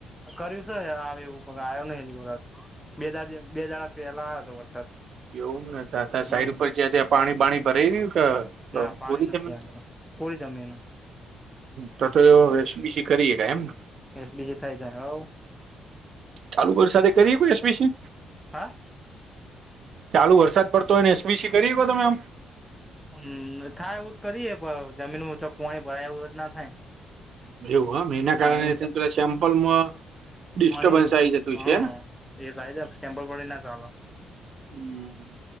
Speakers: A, in the centre; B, on the right.
A: કર્યું છે, આવે એવું પન આવ્યો નહીં વરત. બે દા બે દાડાક પહેલા આયોતો વરસાદ.
B: એવુંને ત ત્યાં
A: હમ
B: સાઈડ ઉપર જ્યાં, ત્યાં પાણી પાણી ભરાઈ રહ્યું. હ,
A: ના પાણી
B: કોરી
A: નથી
B: જમીન
A: આવતો
B: છે.
A: કોરી જમીન
B: તો તો એ વેશ બસી કરીએ, ગ એમને.
A: એસ બીજ થાય, જાય હવે.
B: ચાલુ વરસાદે કરી, કોઈ સપીસી.
A: હા
B: ચાલુ વરસાદ પડતો હોયને, એસબીસી કરી શકો? તમે આમ.
A: હમ થાય, એવું જ કરીએે, પણ જમીન ચોક વોણી ભરાય, એવું રે જ ના થાય.
B: એવું, હમ એના કારણે
A: ને.
B: પેલા સેમ્પલમાં ડિસ્ટર્બન્સ
A: પણ એ
B: આવી જતું
A: હા
B: છે.
A: એ ભાઈ છે, સેમપલવાડી ના ચાલો.
B: હમ